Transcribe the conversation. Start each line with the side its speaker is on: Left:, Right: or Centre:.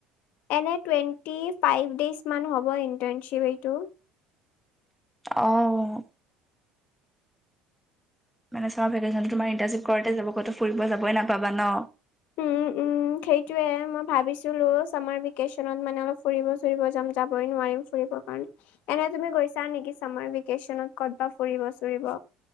Left: এনে টুৱেণ্টি ফাইভ ডেইজমান হ'ব ইণ্টাৰ্ণশ্বিপ এইটো
Centre: অ মানে চামাৰ ভেকেশ্যনটো তোমাৰ ইণ্টাণচিপ কৰোটো যাব ক'ত ফুৰিব যাবই নাপাবা ন।
Left: উম উম সেইটোয়ে মই ভাবিছিলো চামাৰ ভেকেচনত মানে অলপ ফুৰিব- ফুৰিব যাম যাবই নোৱাৰিম ফুৰিব কাৰণে- এনে তুমি গৈছা নেকি চামাৰ, ভেকেশচনত ক'ত বা ফুৰিব চুৰিব।